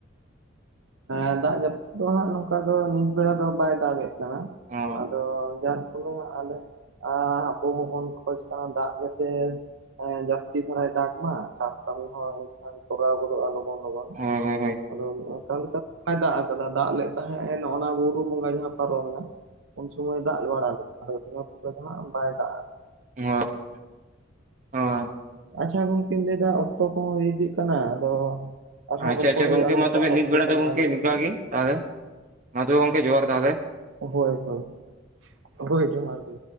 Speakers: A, on the right (about 75°); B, on the right (about 40°).
A: ᱮᱸ ᱫᱟᱜ ᱡᱟᱹᱯᱩᱫ ᱫᱚ ᱦᱟᱸᱜ ᱱᱚᱝᱠᱟ ᱫᱚ ᱱᱤᱛ ᱵᱮᱲᱟ ᱫᱚ ᱵᱟᱭ ᱫᱟᱜ ᱮᱫ ᱠᱟᱱᱟ
B: ᱚ
A: ᱟᱫᱚ ᱡᱟᱨ ᱯᱷᱚᱞᱮ ᱦᱟᱸᱜ ᱟᱞᱮ ᱟᱨ ᱟᱵᱚ ᱦᱚᱸ ᱵᱚᱱ ᱠᱷᱚᱡ ᱠᱟᱱᱟ ᱫᱟᱜ ᱠᱟᱛᱮ ᱦᱮᱸ, ᱡᱟᱹᱥᱛᱤ ᱫᱷᱟᱨᱟᱭ ᱫᱟᱜ ᱢᱟ, ᱪᱟᱥ ᱠᱟᱹᱢᱤ ᱦᱚᱸ ᱮᱱᱠᱷᱟᱱ ᱛᱚᱨᱟᱣ ᱜᱚᱫᱚᱜᱼᱟ ᱞᱚ ᱞᱚᱜᱚᱱ ᱞᱚᱜᱚᱱ,
B: ᱦᱳᱭ ᱦᱳᱭ ᱦᱳᱭ
A: ᱟᱫᱚ ᱚᱱᱠᱟ ᱞᱮᱠᱟ ᱫᱚ ᱵᱟᱭ ᱫᱟᱜ ᱠᱟᱫᱟ, ᱫᱟᱜ ᱞᱮᱫ ᱛᱟᱦᱮᱸᱜ ᱱᱚᱸᱜᱼ ᱱᱚᱣᱟ ᱵᱩᱨᱩ ᱵᱚᱸᱜᱟ ᱡᱟᱦᱟᱸ ᱯᱟᱨᱚᱢᱮᱱᱟ ᱩᱱ ᱥᱩᱚᱢᱚᱭ ᱫᱟᱜ ᱵᱟᱲᱟ ᱞᱮᱫᱟ, ᱟᱫᱚ ᱤᱱᱟᱹ ᱯᱚᱨᱮ ᱫᱚ ᱦᱟᱸᱜ ᱵᱟᱭ ᱫᱟᱜ
B: <inaudible> <inaudible>
A: ᱟᱠᱟᱫᱟ᱾ ᱟᱪᱪᱷᱟ ᱜᱚᱝᱠᱮᱧ ᱞᱟᱹᱭᱫᱟ ᱚᱠᱛᱚ ᱠᱚᱦᱚᱸ ᱦᱩᱭ ᱤᱫᱤᱜ ᱠᱟᱱᱟ, ᱟᱫᱚ ᱟᱨᱦᱚᱸ
B: ᱟᱪᱪᱷᱟ
A: ᱨᱚᱯᱚᱲ
B: ᱟᱪᱪᱷᱟ
A: ᱦᱩᱭᱩᱜᱼᱟ
B: ᱜᱚᱝᱠᱮ
A: ᱱᱚᱝᱠᱟ
B: ᱢᱟ ᱛᱚᱵᱮ ᱱᱤᱛ
A: ᱚᱠᱛᱚ
B: ᱵᱮᱲᱟ
A: ᱠᱚ
B: ᱫᱚ
A: ᱧᱟᱢ
B: ᱜᱚᱝᱠᱮ
A: ᱞᱮᱱᱠᱷᱟᱱ
B: ᱱᱤᱝᱠᱟ ᱜᱮ ᱛᱟᱦᱟᱞᱮ, ᱢᱟ ᱛᱚᱵᱮ ᱜᱚᱝᱠᱮ ᱡᱚᱦᱟᱨ ᱛᱟᱦᱟᱞᱮ᱾
A: ᱦᱳᱭ ᱦᱳᱭ ᱦᱳᱭ ᱡᱚᱦᱟᱨ ᱜᱮ᱾